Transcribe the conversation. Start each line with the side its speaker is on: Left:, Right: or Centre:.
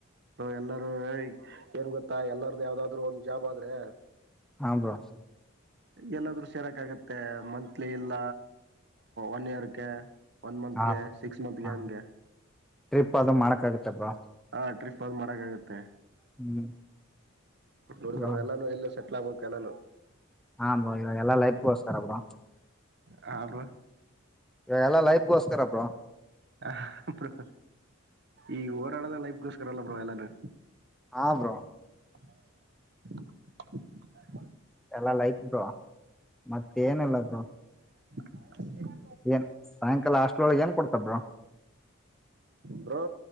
Right: ಎಲ್ಲಾರೂ ಏನ್ ಗೊತ್ತಾ ಎಲ್ಲಾರ್ದ ಯಾವ್ದಾದ್ರು ಒಂದ್ ಜಾಬ್ ಆದ್ರೆ
Centre: ಹಾ ಬ್ರೋ.
Right: ಎಲ್ಲಾದ್ರೂ ಸೇರಕ ಆಗತ್ತೆ ಮಂತ್ಲಿ ಇಲ್ಲ ಒನ್ ಇಯರ್ಗೆ. ಒನ್ ಮಂತ್ಗೆ
Centre: ಹಾ
Right: ಸಿಕ್ಸ್ ಮಂತ್ಗೆ
Centre: ಹಾ
Right: ಅಂಗೆ.
Centre: ಟ್ರಿಪ್ ಅದು ಮಾಡಕ ಆಗುತ್ತಾ ಬ್ರೋ.
Right: ಹಾ ಟ್ರಿಪ್ ಆದು ಮಾಡಕಾಗತ್ತೆ.
Centre: ಹ್ಮ್.
Right: ನೋಡ
Centre: ಇವಾಗ
Right: ಬ್ರೋ ಎಲ್ಲಾನು ಎಲ್ಲ. ಸೆಟ್ಲ್ ಆಗಬೇಕ ಎಲ್ಲಾನು.
Centre: ಹಾ ಬೋ ಇವಾಗೆಲ್ಲಾ ಲೈಫಗೋಸ್ಕರ ಬ್ರೋ.
Right: ಹಾ ಬ್ರೋ.
Centre: ಎಲ್ಲ ಲೈಫ್ಗೋಸ್ಕರ ಬ್ರೋ.
Right: ಹ ಬ್ರೋ ಈ ಓಡಾಡೋದೆ ಲೈಫಗೋಸ್ಕರ ಅಲ್ಲ ಬ್ರೋ ಎಲ್ಲಾನು.
Centre: ಹಾ ಬ್ರೋ
Right: <inaudible>
Centre: ಎಲ್ಲಾ ಲೈಫ ಬ್ರೋ ಮತ್ತ ಏನಿಲ್ಲ. ಬ್ರೋ.
Right: <inaudible>
Centre: ಏನ್ ಸಾಯಂಕಾಲ ಅಷ್ಟ್ರೊಳಗ ಏನ್ ಕೊಡ್ತಾರೆ ಬ್ರೋ.
Right: ಬ್ರೋ